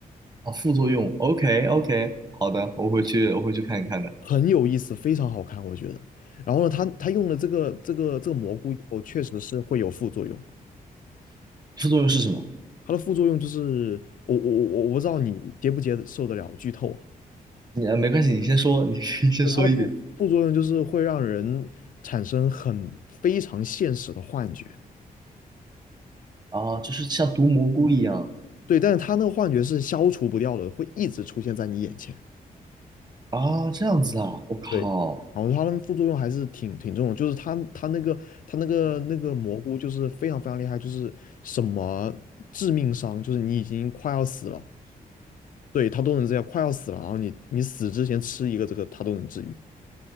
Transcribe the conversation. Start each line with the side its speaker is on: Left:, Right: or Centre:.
Right: 啊副作用，OK OK，好的，我回去我回去看一看的。
Left: 很有意思，非常好看，我觉得。然后呢，他他用了这个这个这个蘑菇以后，确实是会有副作用。
Right: 副作用是什么？
Left: 它的副作用就是，我我我我不知道你接不接受得了剧透啊。
Right: 你呃没关系，你先说，你 <laughs> 先说一点。
Left: 呃它的副副作用就是会让人产生很非常现实的幻觉。
Right: 啊，就是像毒蘑菇一样
Left: 对，但是他那个幻觉是消除不掉的，会一直出现在你眼前。
Right: 啊，这样子啊，我靠，
Left: 对，然后它的副作用还是挺挺重的，就是他他那个他那个那个蘑菇就是非常非常厉害，就是什么致命伤，就是你已经快要死了，对，他都能这样，快要死了，然后你你死之前吃一个这个，他都能治愈